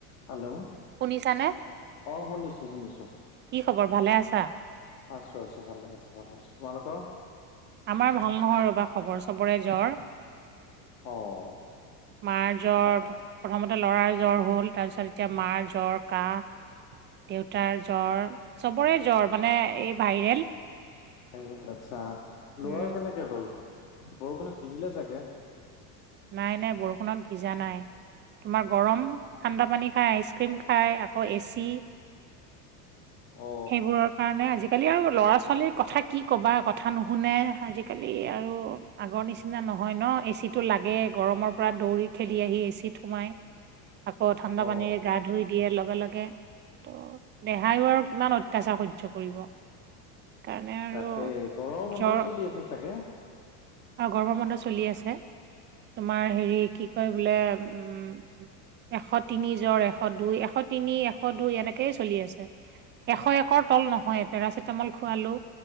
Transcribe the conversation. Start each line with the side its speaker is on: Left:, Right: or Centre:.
Left: Hello
Right: শুনিছানে
Left: অ', শুনিছো শুনিছো।
Right: কি খবৰ ভালে আছা?
Left: আছো আছো ভালে আছো ভাল আছো তোমালোকৰ?
Right: আমাৰ ভাল নহয় ৰবা খবৰ, চবৰে জ্বৰ।
Left: অ'।
Right: মাৰ জ্বৰ
Left: ত
Right: প্ৰথমতে লৰাৰ জ্বৰ হ'ল, তাৰপিছত এতিয়া মাৰ জ্বৰ কাহ। দেউতাৰ জ্বৰ চবৰে জ্বৰ মানে এই ভাইৰেল।
Left: ভাইৰেল আচ্ছা,
Right: উম
Left: ল'ৰাৰ কেনেকে হ'ল বৰষুণত ভিজিলে চাগে?
Right: নাই নাই বৰষুণত ভিজা নাই। তোমাৰ গৰম ঠাণ্ডা পানী খায় আইচক্ৰীম খায় আকৌ এ চি।
Left: অ
Right: সেইবোৰৰ কাৰণে, আজিকালি আৰু ল'ৰা-ছোৱালীক কথা কি ক'বা কথা নুশুনে আজিকালি আৰু আগৰ নিচিনা নহয় ন' এচি টো লাগে আগে গৰমৰ পৰা দৌৰি খেলি আহি, এ চিত সোমাই আকৌ ঠাণ্ডা
Left: অ
Right: পানীৰে গা ধুই দিয়ে লগে লগে ত' দেহায়ো আৰু কিমান অত্যাচাৰ সহ্য কৰিব। কাৰণে আৰু
Left: তাকে গৰম বন্ধও
Right: জ্বৰ
Left: চলি আছে চাগে?
Right: আৰু গৰম বন্ধ চলি আছে। তোমাৰ হেৰি কি' কয় বোলে উম' এশ তিনি জ্বৰ এশ দুই, এশ তিনি, এশ দুই এনেকেই চলি আছে। এশ একৰ তল নহয় পেৰাচিটামল খোৱালোঁ।